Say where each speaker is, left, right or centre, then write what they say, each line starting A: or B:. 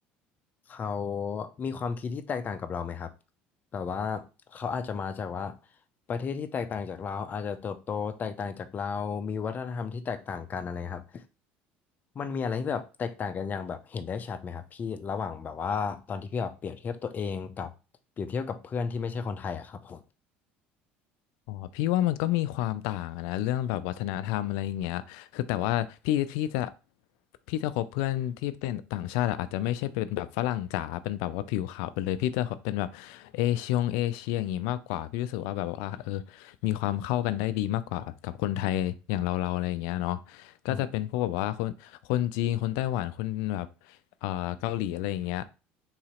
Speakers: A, on the left; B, on the left.
A: เขามีความคิดที่แตกต่างกับเราไหมครับแต่ว่าเขาอาจจะมาจากว่าประเทศที่แตกต่างจากเราอาจจะเติบโตแตกต่างจากเรามีวัฒนธรรมที่แตกต่างกันอะไรครับมันมีอะไรที่แบบแตกต่างกันอย่างแบบเห็นได้ชัดไหมครับพี่ระหว่างแบบว่าตอนที่พี่แบบเปรียบเทียบตัวเองกับเปรียบเทียบกับเพื่อนที่ไม่ใช่คนไทยอะครับผม
B: อ๋อพี่ว่ามันก็มีความต่างอะนะเรื่องแบบวัฒนธรรมอะไรอย่างเงี้ยคือแต่ว่าพี่พี่จะพี่จะคบเพื่อนที่เป็นต่างชาติอะอาจจะไม่ใช่เป็นแบบฝรั่งจ๋าเป็นแบบว่าผิวขาวไปเลยพี่จะเป็นแบบเอเชียงเอเชียอย่างงี้มากกว่าพี่รู้สึกว่าแบบว่าเออมีความเข้ากันได้ดีมากกว่ากับคนไทยอย่างเราเราอะไรอย่างเงี้ยเนาะก็จะเป็นพวกแบบว่าคนคนจีนคนไต้หวันคนแบบ
A: อืม
B: เอ่อเกาหลีอะไรอย่างเงี้ย